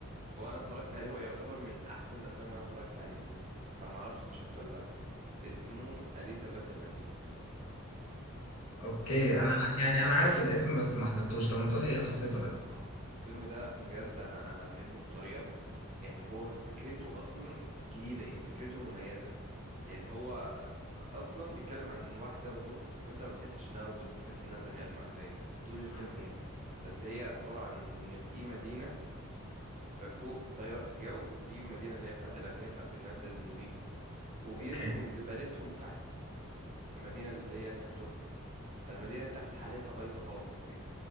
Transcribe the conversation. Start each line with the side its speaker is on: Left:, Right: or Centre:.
Right: هو انا اتفرجت عليه هو يعتبر من احسن الافلام اللي انا اتفرجت عليها فما اعرفش انت شفته ولا لا اسمه اليتا باتل انجل
Left: اوكي
Right: سمعت
Left: انا
Right: عنه
Left: يعني انا عارف الاسم بس ما حضرتوش طب ما تقول لي ايه قصته ده
Right: بص الفيلم ده بجد انا انا بحبه بطريقه يعني هو فكرته اصلا جديده يعني فكرته مميزه يعني هو اصلا بيتكلم عن واحده روبوت وانت ما بتحسش انها روبوت بتحس انها بني ادم عاديه طول الفيلم
Left: مم.
Right: يعني بس هي عباره عن ان في مدينه فوق طايره في الجو دي المدينه اللي هي بتاعت الاغنياء بتاعت الناس النظيفه وبيرموا
Left: اوكي
Right: زبالتهم تحت في المدينه اللي هي تحتهم فالمدينة اللي تحت حالتها بايظة خالص يعني